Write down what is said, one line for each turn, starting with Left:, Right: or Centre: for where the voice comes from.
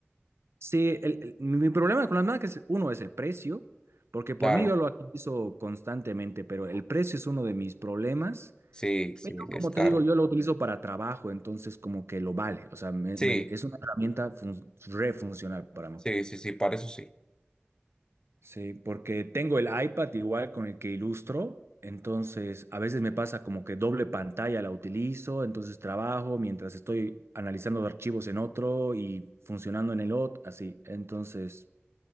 Right: Sí, el- el- mi problema con las marcas, uno es el precio, porque por
Left: Claro,
Right: mí yo lo utilizo constantemente, pero el precio es uno de mis problemas.
Left: sí, sí,
Right: Pero
Left: es
Right: como
Left: caro.
Right: te digo, yo lo utilizo para trabajo, entonces como que lo vale. O sea, me-
Left: Sí,
Right: me- es una herramienta fun- re funcional para mí.
Left: sí, sí, sí, para eso sí. Eso
Right: Sí, porque tengo el iPad igual con el que ilustro, entonces a veces me pasa como que doble pantalla la utilizo, entonces trabajo mientras estoy analizando archivos en otro y funcionando en el otro, así. Entonces,